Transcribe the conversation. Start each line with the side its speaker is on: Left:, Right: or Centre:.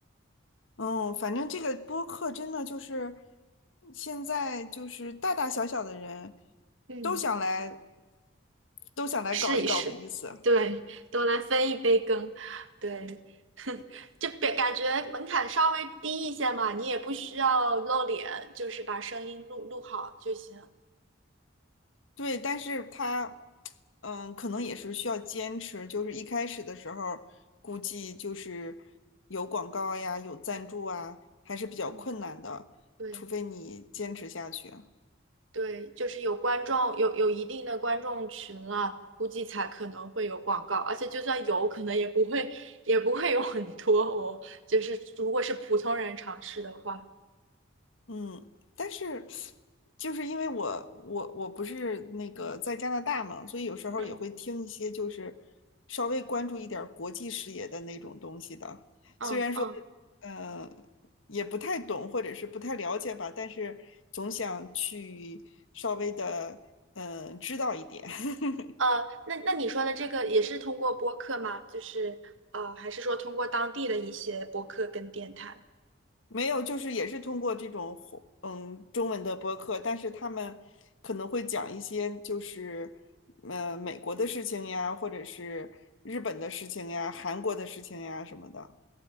Left: 嗯，反正这个播客真的就是现在就是大大小小的人
Right: 嗯，
Left: 都想来，都想来搞一搞的意思。
Right: 试一试，对，都来分一杯羹，对。就别感觉门槛稍微低一些嘛，你也不需要露脸，就是把声音录录好就行。
Left: 对，但是他嗯，可能也是需要坚持，就是一开始的时候，估计就是有广告呀，有赞助啊，还是比较困难的，
Right: 嗯，对
Left: 除非你坚持下去。
Right: 对，就是有观众，有有一定的观众群了，估计才可能会有广告，而且就算有可能也不会也不会有很多哦。就是如果是普通人尝试的话，
Left: 嗯，但是就是因为我我我不是那个在加拿大嘛，所以有时候也会听一些就是
Right: 嗯
Left: 稍微关注一点儿国际视野的那种东西的。
Right: 嗯嗯
Left: 虽然说呃也不太懂或者是不太了解吧，但是总想去稍微的嗯、呃知道一点。<laughs>
Right: 呃，那那你说的这个也是通过播客吗？就是呃，还是说通过当地的一些播客跟电台？
Left: 没有，就是也是通过这种嗯中文的播客，但是他们可能会讲一些就是呃美国的事情呀，或者是日本的事情呀、韩国的事情呀什么的。